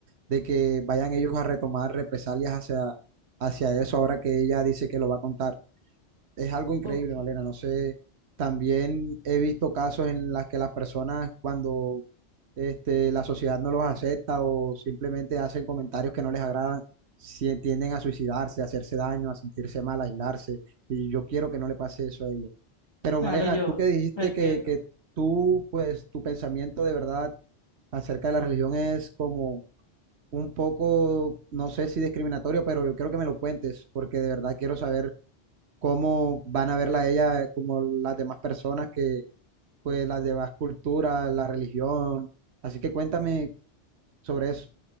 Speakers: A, on the right; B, on the left.
A: de que vayan ellos a retomar represalias hacia, hacia eso ahora que ella dice que lo va a contar es algo increíble,
B: Ok,
A: Malena. No sé, también he visto casos en las que las personas cuando este, la sociedad no los acepta o simplemente hacen comentarios que no les agradan, si tienden a suicidarse, a hacerse daño, a sentirse mal, a aislarse. Y yo quiero que no le pase eso a ella. Pero
B: Claro,
A: Malena,
B: yo
A: tú que dijiste
B: lo entiendo.
A: que, que tú, pues tu pensamiento de verdad acerca de la religión es como un poco, no sé si discriminatorio, pero yo quiero que me lo cuentes porque de verdad quiero saber cómo van a verla a ella como las demás personas que, pues, las demás culturas, la religión. Así que cuéntame sobre eso.